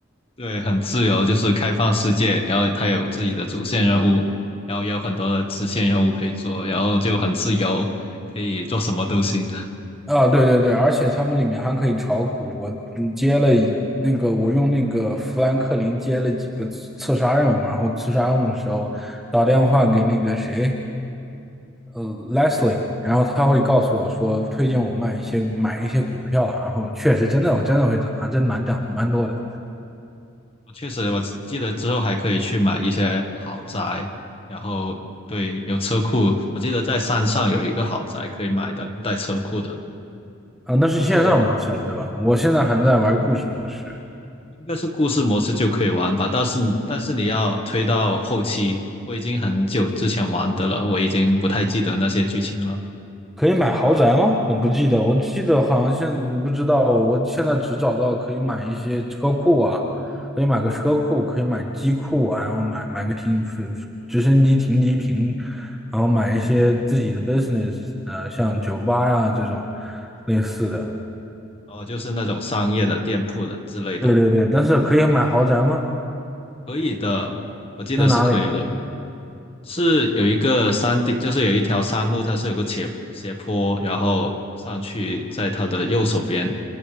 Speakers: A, on the left; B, in the centre.
A: 对，很自由，就是开放世界，然后它有自己的主线任务，然后也有很多的支线任务可以做，然后就很自由，可以做什么都行。
B: 啊，对对对，而且他们里面还可以炒股，我嗯接了一那个，我用那个富兰克林接了几个刺刺杀任务，然后刺杀任务的时候打电话给那个谁。呃 Leslie，然后他会告诉我说，推荐我卖一些买一些股票啊，然后确实真的真的会涨啊，还真蛮涨蛮多的
A: 确实，我只记得之后还可以去买一些豪宅，然后对，有车库。我记得在山上有一个豪宅可以买的，带车库的。
B: 啊。那是线上模式了，
A: 但是我
B: 对吧？我现在还在玩故事模式，
A: 应该是故事模式就可以玩吧，但是但是你要推到后期，我已经很久之前玩的了，我已经不太记得那些剧情了。
B: 可以买豪宅吗？我不记得，我记得好像现我不知道，我现在只找到可以买一些车库啊，可以买个车库，可以买机库啊，然后买买个停直升机停机坪，然后买一些自己的 business，呃，像酒吧呀这种类似的。
A: 哦，就是那种商业的店铺的之类的，
B: 对对对，但是可以买豪宅吗？
A: 可以的，我记得是可以的。
B: 那哪里啊？
A: 是有一个山顶，就是有一条山路，它是有个斜斜坡，然后上去，在它的右手边。